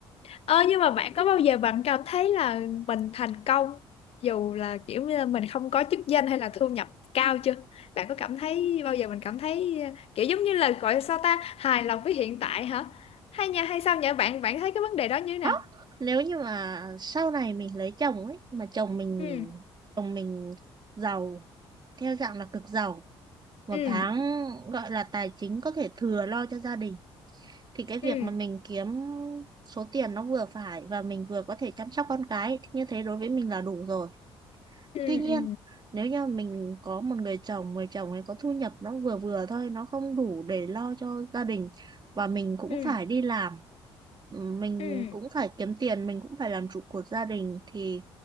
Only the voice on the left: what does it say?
Ờ nhưng mà bạn có bao giờ bạn cảm thấy là mình thành công dù là kiểu như là mình không có chức danh hay là thu nhập cao chưa? Bạn có cảm thấy bao giờ mình cảm thấy ờ, kiểu giống như là gọi là sao ta hài lòng với hiện tại hả? Hay nha hay sao nhỉ? Bạn bạn thấy cái vấn đề đó như thế nào?
Ừ
ừ
ừ
ừ
ừ
ừ
ừ